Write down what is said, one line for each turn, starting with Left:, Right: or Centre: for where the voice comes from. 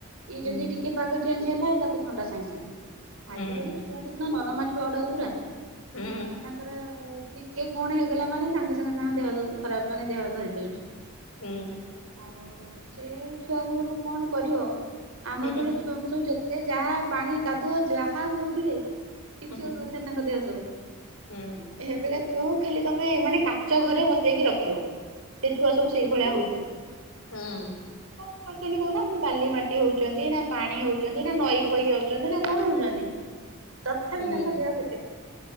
Right: ଇଏ
Left: ହୁଁ
Right: ଯଦି ଟିକେ ପାଗ ଚେଞ୍ଜ ହେଲା। ତାକୁ ଥଣ୍ଡା ସାଙ୍ଗେ ସାଙ୍ଗେ
Left: ହୁଁ।
Right: ଆଜିକାଲି ଛୁଆ ତ ନରମା ଛୁ ଆ ଗୁଡାକ ପୁରା।
Left: ହୁଁ।
Right: ତାଙ୍କର ଟିକେ କଣ ହେଇଗଲା ମାନେ ସାଙ୍ଗେ ସାଙ୍ଗେ ତାଙ୍କ ଦେହ ଖରାପ ମାନେ ଦେହ ଧରି ଦୋଉଚି।
Left: ହୁଁ।
Right: ଆଉ ସେ ଛୁଆଙ୍କୁ ସବୁ କଣ କରିବ? ଆମ
Left: ହୁଁ
Right: ବେଳେ ଛୁ ଆଙ୍କୁ ସବୁ ଯେତେ ଯାହା ପାଣି କାଦୁଅ ଯାହା ହୋଉଥିଲେ କିଛି
Left: ହୁଁ ହଁ।
Right: ହୋଉନଥିଲା। ତାଙ୍କ ଦେହ ସବୁ।
Left: ହୁଁ।
Right: ଏବେକା ଛୁଆଙ୍କୁ ଖାଲି ତମେ ମାନେ କାଚ ଘରେ ବସେଇକି ରଖିବ। ସେଇ ଛୁଆ ସବୁ ସେଇ ଭଳିଆ ହୋଉଚନ୍ତି।
Left: ହୁଁ
Right: କଣ କରୁଚନ୍ତି କହୁନ ବାଲି, ମାଟି ହୋଉଚନ୍ତି, ନା ପାଣି ହୋଉଚନ୍ତି, ନା ନଈ ଫଇ ଯାଉଚନ୍ତି, ନା କଣ ହୋଉଚନ୍ତି? ତଥାପି
Left: ହୁଁ
Right: ତାଙ୍କ ଦେହ କେତେ ଖରାପ?